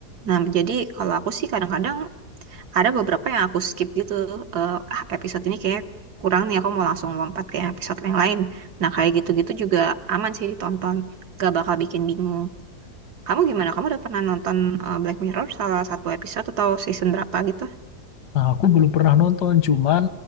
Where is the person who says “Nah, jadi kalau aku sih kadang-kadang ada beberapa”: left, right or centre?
Right